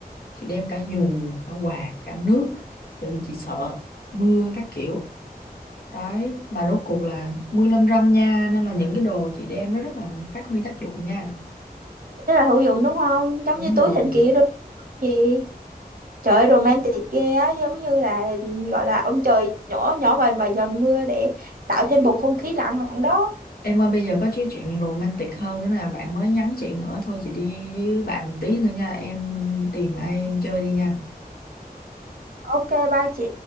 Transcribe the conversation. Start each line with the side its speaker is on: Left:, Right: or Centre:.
Left: Chị đem cả dù, cả quạt, cả nước, bởi vì chị sợ mưa các kiểu. Đấy, mà rốt cuộc là mưa lâm râm nha, nên là những cái đồ chị đem nó rất là phát huy tác dụng nha.
Right: rất là hữu dụng đúng không giống
Left: Đúng
Right: như túi
Left: rồi.
Right: thần kỳ đôi gì trời ơi, romantic ghê á giống như là gọi là ông trời nhỏ nhỏ vài vài giọt mưa để tạo thêm bầu không khí lãng mạn đó
Left: Em ơi bây giờ có cái chuyện romantic hơn nữa là bạn mới nhắn chị nữa Thôi chị đi với bạn một tí nữa nha Em tìm ai em chơi đi nha
Right: ok bye chị